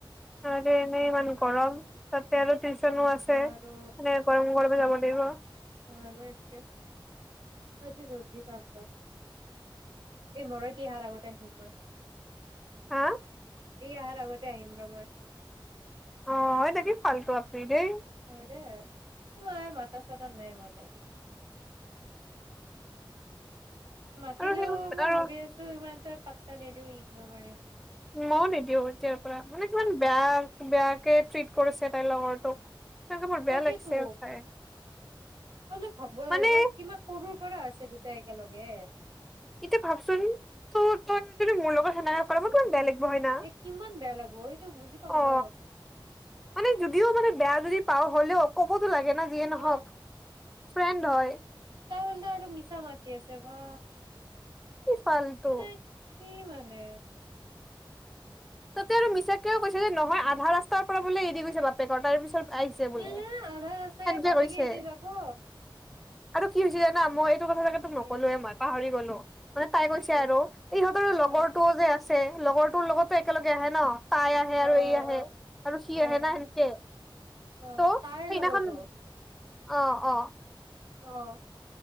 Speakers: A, in the centre; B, on the right.
A: ত এনেই ইমান গৰম তাতে আৰু টেনচনো আছে
B: বাৰু
A: মানে গৰম গৰমে যাব দিব
B: অ এনেকে আজি জল্দি যাম দ এই মৰ তিহাৰ আগতে আহম মই
A: হা
B: স অহাৰ আগতে আহিম ৰ মই
A: অ দাকি ফাল্টু আপই দেই
B: হয় দে মই মথা চাথা নাই মই তাইক মাতিলেও
A: আৰু সেই
B: মই
A: আৰু
B: ভাবি আছো ইমান এটা প্তানেদও ইগ্ ন'োৰ মিম <unintelligible>
A: ময় নিদিওঁ এতিয়াৰ পৰা মানে কিমান বেয়া বেয়াকে ট্ৰিট কৰিছে তাইৰ লগৰটোক তেনেকে মোৰ
B: তাকেতো
A: বেয়া লাগিছে সঁচাই
B: অো ভাবিব লাগে
A: মানে
B: ন কিমা সৰুৰ পৰা আছে দুটা একেলগে
A: এতিয়া ভাবচোন ত তই যদি মোৰ লগত সেনেকা সে কৰা মই কিমান বেলেগ বনা
B: এ কিমান বেয়া লাগিব সেইটো বুজি পাও
A: অ
B: ন
A: মানে যদিও মানে বেয়া যদি পাওঁ হলেও ক'ব ো <unintelligible> লাগে না যিয়ে
B: অ
A: নহওক ফ্ৰেণ্ড হয়
B: ত হোললে আৰু মিছা মাতি আছে বা
A: কি ফালটু
B: মানে কি মানে
A: তাতে আৰু মিছাকেও কৈছে যে নহয় আধা ৰাস্তাৰ পৰা বোলে এৰি গৈছে বাপেকৰ তাৰ পিছত আহিছে বোলে
B: উম আধা ৰাস্তাই
A: সেনকে
B: বাপেকে
A: কৈছে
B: এৰি যাব
A: আৰু কি হৈছে জানা মই কথা জাগে তোক
B: কি
A: নকললোৱে মই পাহৰি গ'লো অ মানে তাই কৈছে
B: কি
A: আৰু ইহঁতৰ লগৰটোও
B: অ
A: যে আছে লগৰ তৰ লগত একেলগে আহে ন তাই আহে
B: অ
A: আৰু এই আহে
B: অ
A: আৰু সি
B: অ
A: আহে না সেনেকে ত'
B: অ তাৰ
A: সেইদিনাখন
B: লগৰতো
A: অ অ
B: অ